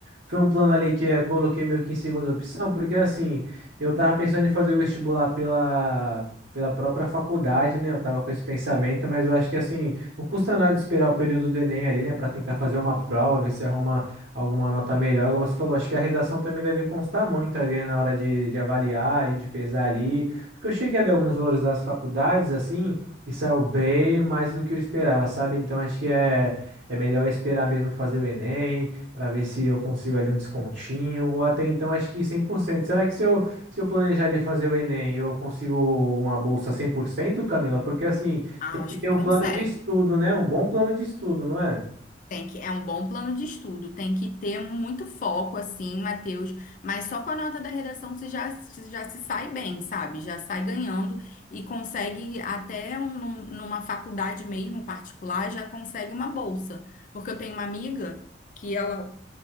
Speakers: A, on the right; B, on the left.
A: Foi um plano ali que eu coloquei meio que em segunda opção, porque assim, eu tava pensando em fazer o vestibular pela, pela própria faculdade, né? Eu tava com esse pensamento, mas eu acho que assim, não custa nada esperar o período do Enem ali, né? Pra tentar fazer uma prova, ver se arruma alguma nota melhor. Como você falou, acho que a redação também deve constar muito ali, né? Na hora de, de avaliar, de pesar ali. Porque eu cheguei a ver alguns valores das faculdades, assim. E saiu bem mais do que eu esperava, sabe? Então acho que é, é melhor esperar mesmo fazer o Enem, para ver se eu consigo ali um descontinho, ou até então acho que 100%. Será que se eu, se eu planejar ali fazer o Enem, eu consigo uma bolsa 100%, Camila? Porque assim,
B: Ah,
A: tem que
B: acho
A: ter
B: que
A: um
B: consegue.
A: plano de estudo, né? Um bom plano de estudo, não é?
B: Tem que, é um bom plano de estudo. Tem que ter muito foco, assim, Matheus. Mas só com a nota da redação você já, você já se sai bem, sabe? Já sai ganhando e consegue até um- num- numa faculdade mesmo particular, já consegue uma bolsa. Porque eu tenho uma amiga que ela,